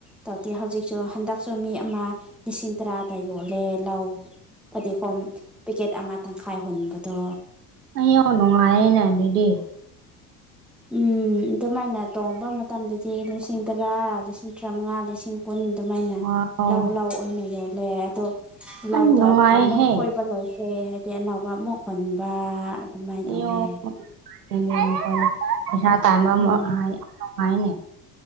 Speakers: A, in the centre; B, on the right.
A: ꯇꯧꯗꯦ ꯍꯧꯖꯤꯛꯁꯨ ꯍꯟꯗꯛꯁꯨ ꯃꯤ ꯑꯃ ꯂꯤꯁꯤꯡ ꯇꯔꯥꯗ ꯌꯣꯜꯂꯦ ꯂꯧ ꯐꯗꯤꯒꯣꯝ ꯄꯦꯛꯀꯦꯠ ꯑꯃ ꯇꯪꯈꯥꯏ ꯍꯨꯟꯕꯗꯣ
B: <unintelligible> ꯅꯨꯡꯉꯥꯏꯌꯦꯅ ꯑꯗꯨꯗꯤ
A: ꯎꯝ ꯑꯗꯨꯃꯥꯏꯅ ꯇꯣꯡꯕ ꯃꯇꯝꯗꯗꯤ ꯂꯤꯁꯤꯡ ꯇꯔꯥ ꯂꯤꯁꯤꯡ ꯇꯔꯥꯃꯉꯥ ꯂꯤꯁꯤꯡ ꯀꯨꯟ ꯑꯗꯨꯃꯥꯏꯅ
B: ꯋꯥꯎ
A: ꯂꯧ ꯂꯧ ꯑꯣꯏꯅ ꯌꯣꯜꯂꯦ ꯑꯗꯣ ꯂꯧꯗꯣ
B: ꯑꯩ ꯅꯨꯡꯉꯥꯏꯍꯦ
A: ꯑꯃꯨꯛꯀ ꯃꯣꯏ ꯐꯣꯏꯕ ꯂꯣꯏ ꯔꯦ ꯍꯥꯏꯔꯗꯤ ꯑꯅꯧꯕ ꯑꯃꯨꯛ ꯍꯨꯟꯕ ꯑꯗꯨꯃꯥꯏꯅ
B: <unintelligible>
A: ꯇꯧꯋꯦ ꯎꯝ
B: ꯍꯥꯏꯅꯦ